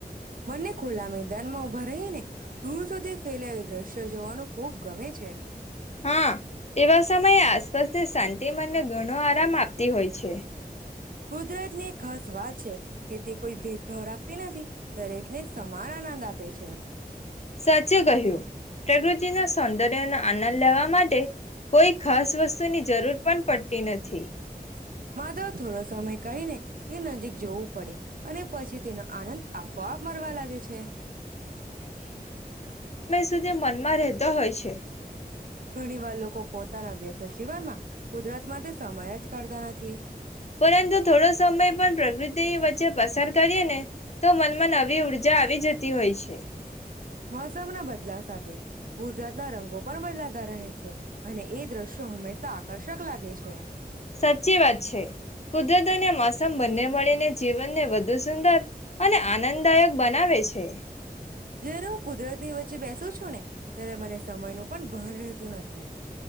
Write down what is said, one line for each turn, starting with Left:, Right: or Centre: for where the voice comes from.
Right: મને ખુલામ મેદાનમાં ઉભા રહીને દૂર સુધી ફેલાઈ જશ તે જોવાનું ખૂબ ગમે છે.
Left: હા એવા સમયે આસપાસને શાંતિ મનને ઘણો આરામ આપતી હોય છે.
Right: કુદરતને ખાસ સ્વાદ એ તે કોઈ ભેદભાવ રાખતી નથી દરેક ને સમાન આનંદ આપ પે છેયાન <unintelligible>
Left: સાચે કહ્યું, પ્રકૃતિજી ના સૌંદર્યના આનંદ લેવા. માટે કોઈ ખાસ વસ્તુની
Right: <unintelligible>
Left: જરૂર પણ પડતી નથી
Right: માધવ થોડો સમય કાઢીને, તે નજીક જોવું. પડે, અને પછી તેનો આનંદ આપોઆપ મરવા લાગે છે.
Left: સુધ મનમાં રહેતો હોય છે.
Right: ઘણી વાર લોકો પોતાના વ્યસ્ત જીવનમાં, કુદરતમાં સમય જ કાઢતા નથી.
Left: પરંતુ થોડો સમય પણ પ્રકૃતિની વચ્ચે પસાર કરીએને, તો મનમાં નવી ઉર્જા આવી જતી હોય છે.
Right: મોસમનો બદલાવ સાચ કુદરતના રંગો પણ બદલાતા રહે છે, અને એ દ્રશ્યો હમેશા આકર્ષક લાગે છે.
Left: સાચી વાત છે કુદરત અને મોસમ બંને મળીને જીવનને વધુ સુંદર અને આનંદદાયક બનાવે છે.
Right: જેનું કુદરતી વચ્ચે બેસું જ છું ને, ત્યારે મને સમય નું પણ ભણ રહેતું નથી.